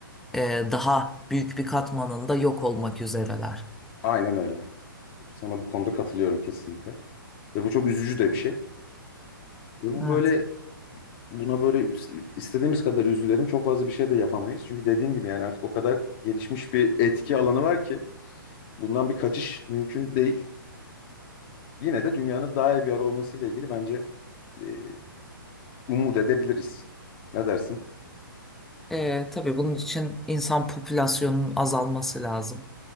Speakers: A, in the centre; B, on the left.
A: e, daha büyük bir katmanında yok olmak üzereler.
B: aynen öyle. Sana bu konuda katılıyorum kesinlikle. Ve bu çok üzücü de bir şey. Ve bu
A: Evet.
B: böyle buna böyle istediğimiz kadar üzülelim çok fazla bir şey de yapamayız. Çünkü dediğim gibi yani artık o kadar gelişmiş bir etki alanı var ki bundan bir kaçış mümkün değil. Yine de dünyanın daha iyi bir yer olmasıyla ilgili bence e, umut edebiliriz. Ne dersin?
A: E, tabii bunun için insan popülasyonunun azalması lazım.